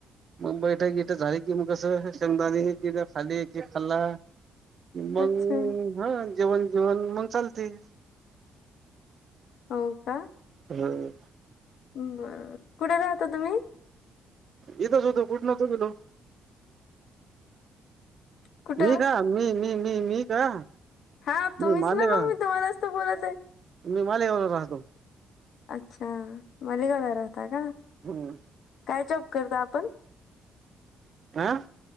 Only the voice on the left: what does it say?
अच्छा
हो का
बरोबर कुठे राहता तुम्ही
कुठं
हा तुम्हीच
ना मग मी तुम्हालाच तर बोलत आहे
अच्छा मालेगावला राहता का
काय जॉब करता आपण